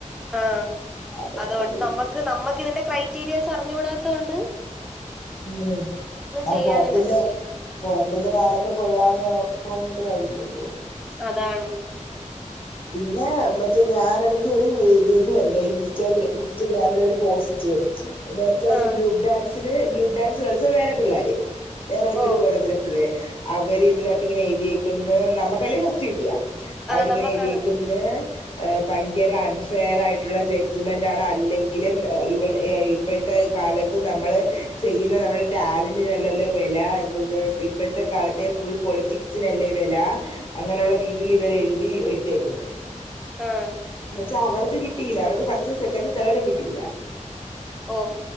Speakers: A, in the centre; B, on the left.
A: ആ
B: അതുകൊണ്ടൊക്കെ
A: അതുകൊണ്ട്
B: ആയിരിക്കും
A: നമ്മുക്ക് നമ്മക്ക് ഇതിന്റെ ക്രൈറ്റീരിയാസ് അറിഞ്ഞു കൂടാതോണ്ട്
B: ഉം ഞാൻ
A: ചെയ്യാനും
B: പൊറത്ത്ന്ന്
A: പറ്റത്തില്ല
B: പൊറത്ത്ന്ന് കാണുമ്പോ കൊള്ളാന്ന് തോന്നീയിട്ട് കാര്യല്ലല്ലോ
A: അതാണ്
B: പിന്നെ മറ്റേ ഞാനാണെങ്കി ഒരു ഇത് കണ്ട് ഇൻസ്റ്റാഗ്ര ഇൻസ്റ്റാഗ്രാമിലെ ഒരു പോസ്റ്റ് എന്നാ വെച്ചാൽ
A: ആ
B: ഈ ഗ്രൂപ്പ് ഡാൻസിൽ ഗ്രൂപ്പ് ഡാൻസ് കളിച്ചാ വേറെ പിള്ളോര് വേറെ ഏതൊരു
A: ഓ
B: കോളേജിലെ പിള്ളേ അവര് ഇതിനകത്ത് ഇങ്ങനെ എഴുതിയെക്ക്ന്ന് നമ്മുക്കല്ലേ ഫസ്റ്റ് കിട്ടിയാ അവരിങ്ങനെ
A: ആ നമ്മക്കാണ്
B: എഴുതിയെക്ക്ന്ന് ഭയങ്കര അൺഫെയർ ആയിട്ടുള്ള ജഡ്ജ്മെന്റാണ് അല്ലെങ്കിലും ഇവിടെ. ഇപ്പോഴത്തെ കാലത്ത് നമ്മള് ചെയ്യുന്ന നമ്മുടെ ടാലന്റിനല്ലല്ലോ വില എന്തോന്നു ഇപ്പോഴത്തെ കാലത്തെ ഫുൾ പൊളിറ്റിക്സ്സ്നല്ലേ വില അങ്ങനെയുള്ള രീതിയിൽ ഇവരെഴു എഴുത്തിവിട്ടേക്കുന്നു
A: ആഹ
B: എന്നുവെച്ചാ അവർക്ക് കിട്ടിയില്ല അവർക്ക് ഫസ്റ്റും സെക്കൻഡും തേർഡും കിട്ടിയില്ല
A: ഓ